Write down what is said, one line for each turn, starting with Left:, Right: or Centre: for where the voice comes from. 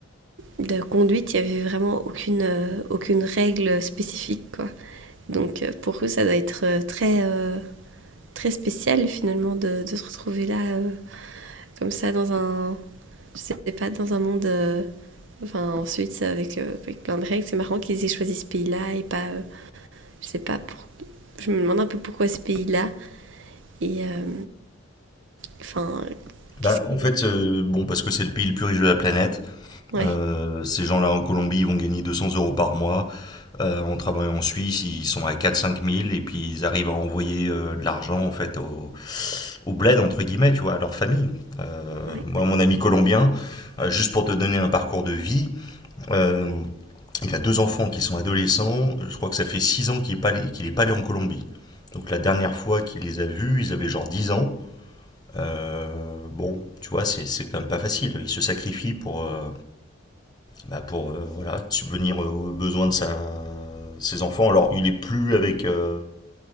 Right: de conduite, il n'y avait vraiment aucune, euh, aucune règle spécifique, quoi. Donc euh, pour eux, ça doit être euh, très, euh, très spécial finalement de, de se retrouver là, euh, comme ça, dans un, je sais pas, dans un monde... euh, Enfin, ensuite, avec, euh, avec plein de règles, c'est marrant qu'ils aient choisi ce pays-là et pas, euh, je sais pas, pour... je me demande un peu pourquoi ce pays-là. Et euh, Enfin, euh, qu'est-ce
Left: Bah,
Right: qu'il
Left: en
Right: est?
Left: fait, euh, bon, parce que c'est le pays le plus riche de la planète,
Right: Ouais,
Left: Euh, ces gens-là en Colombie, ils vont gagner 200 euros par mois. Euh, en travaillant en Suisse, ils sont à 4-5 000 et puis ils arrivent à envoyer euh, de l'argent en fait au, au bled entre guillemets, tu vois, à leur famille. Euh,
Right: ouais,
Left: moi, mon ami colombien, euh, juste pour te donner un parcours de vie, euh, il a deux enfants qui sont adolescents. Je crois que ça fait 6 ans qu'il n'est pas, allé- qu'il est pas allé en Colombie. Donc la dernière fois qu'il les a vus, ils avaient genre 10 ans. Euh, bon, tu vois, c'est c'est quand même pas facile. Ils se sacrifient pour, euh, bah, pour euh, voilà, subvenir aux besoins de sa, ses enfants. Alors, il est plus avec euh,